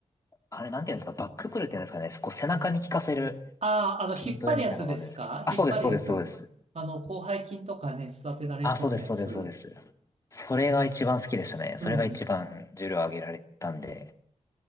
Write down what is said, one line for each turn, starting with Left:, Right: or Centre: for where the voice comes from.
Left: あれなんていうんですか、バックプルっていうんですかね、こう背中に効かせる
Right: ああ、あの、
Left: 筋トレみたいなのがあるんですけど。
Right: 引っ張るやつですか引っ張るやつ。
Left: あ、そうです、そうです、そうです。
Right: あの、広背筋とかね、育てられそうなやつ。
Left: あ、そうです、そうです、そうです。それが一番好きでしたね。
Right: うん。
Left: それが一番重量上げられたんで。